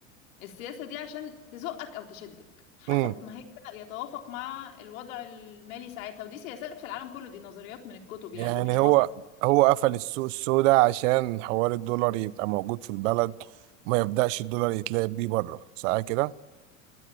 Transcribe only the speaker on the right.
امم
يعني
هو
هو قفل السوق السوداء عشان حوار الدولار يبقى موجود في البلد وما يبدأش الدولار يتلعب بيه بره صح كده